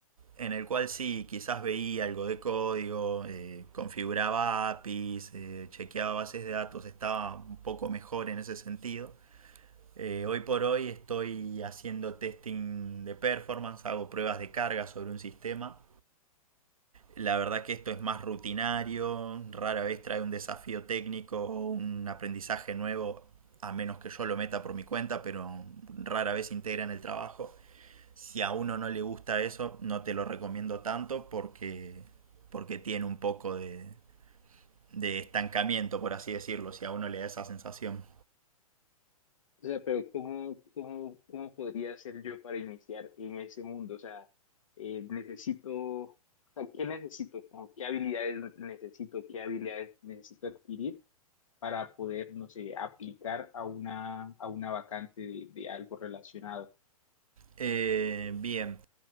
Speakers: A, on the right; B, on the left.
A: en el cual sí, quizás veía algo de código, eh, configuraba APIs, eh, chequeaba bases de datos, estaba un poco mejor en ese sentido. Eh, hoy por hoy estoy haciendo testing de performance, hago pruebas de carga sobre un sistema. La verdad que esto es más rutinario, rara vez trae un desafío técnico o un aprendizaje nuevo, a menos que yo lo meta por mi cuenta, pero rara vez integra en el trabajo. Si a uno no le gusta eso, no te lo recomiendo tanto porque, porque tiene un poco de, de estancamiento, por así decirlo, si a uno le da esa sensación.
B: O sea, pero ¿cómo, cómo, cómo podría hacer yo para iniciar en ese mundo? O sea, eh, necesito, o sea, ¿qué necesito? Como, ¿qué habilidades necesito? ¿Qué habilidades necesito adquirir para poder, no sé, aplicar a una, a una vacante de, de algo relacionado?
A: Eh, bien,